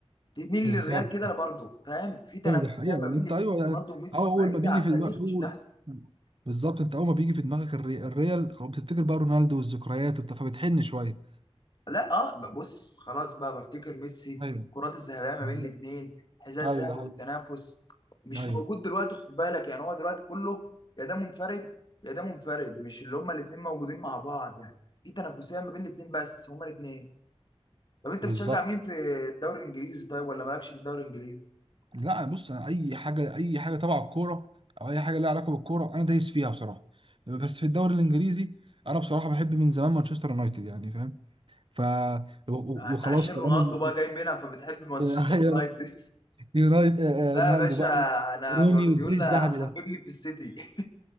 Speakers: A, on the left; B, on the right.
A: تميل
B: بالظبط
A: للريال كده برضو فاهم في تنافسية
B: ايوه دي حقيقة
A: ما
B: والله
A: بين
B: انت
A: الاتنين
B: ايوه
A: رونالدو وميسي
B: أو اول
A: ثنائية
B: ما بيجي
A: على
B: في
A: التاريخ
B: دماغك، اول
A: مش هتحصل
B: بالظبط انت اول ما بيجي في دماغك الري- الريال خلاص بتفتكر بقى رونالدو والذكريات وبتاع فبتحن شوية
A: لا اه ب- بص خلاص بقى بفتكر ميسي
B: ايوه
A: الكرات الذهبيه ما
B: بالظبط.
A: بين الاثنين حذاء
B: ايوه
A: الذهبي
B: ده
A: والتنافس
B: حقيقي
A: مش
B: ايوه
A: موجود دلوقتي خد بالك يعني هو دلوقتي كله يا ده منفرد يا ده منفرد مش اللي هما الاثنين موجودين مع بعض يعني في تنافسيه ما بين الاثنين بس هما الاثنين طب انت
B: بالظبط
A: بتشجع مين في الدوري الانجليزي طيب ولا مالكش في الدوري الانجليزي؟
B: لا بص انا اي حاجة اي حاجة تبع الكورة او اي حاجة لها علاقة بالكورة انا دايس فيها بصراحة بس في الدوري الانجليزي انا بصراحة بحب من زمان مانشستر يونايتد يعني فاهم ف و- و-
A: انت
B: وخلاص
A: عشان
B: كمان
A: رونالدو بقى جاي منها فبتحب مانشستر
B: <laughs>
A: يونايتد <laughs>
B: يونايتد
A: لا
B: رونالدو
A: يا باشا
B: بقى
A: انا
B: روني
A: جوارديولا
B: والجيل الذهبي
A: حببني
B: ده
A: في السيتي <laughs>